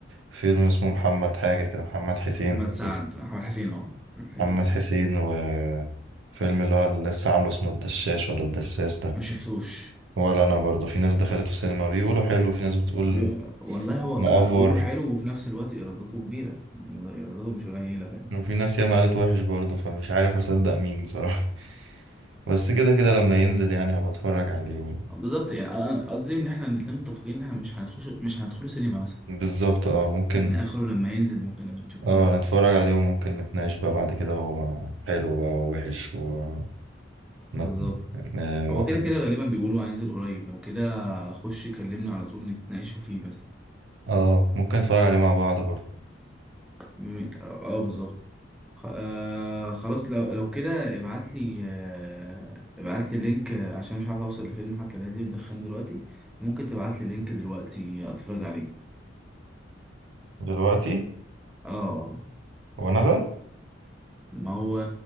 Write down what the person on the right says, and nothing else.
فيلم اسمه محمد حاجة كده محمد حسين
تقريبا
محمد
حسين وفيلم اللي هو اللي لسه عامله اسمه الدشاش ولا الدساس ده
ولا انا برضو في ناس دخلته السينما بيقولوا حلو وفي ناس بتقول
مأفور
وفي ناس ياما قالت وحش برضه فمش عارف اصدق مين بصراحة <laughs> بس كده كده لما ينزل يعني هبقى اتفرج عليه و...
بالظبط اه ممكن
اه نتفرج عليه وممكن نتناقش بقى بعد كده هو حلو بقى ووحش و مت...
آه،
واحد
اه ممكن نتفرج عليه مع بعض برضه
دلوقتي
هو نزل